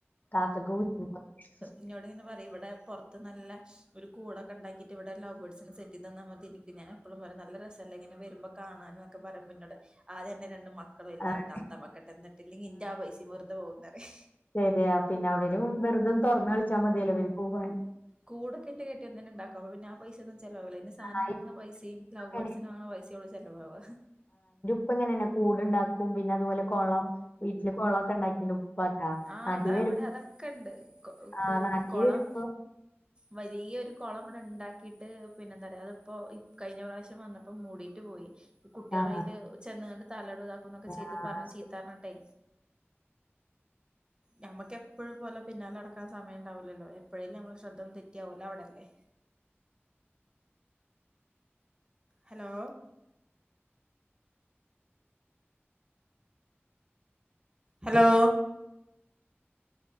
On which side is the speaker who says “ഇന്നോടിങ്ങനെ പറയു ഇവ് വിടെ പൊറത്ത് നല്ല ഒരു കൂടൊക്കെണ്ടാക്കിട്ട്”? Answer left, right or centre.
Right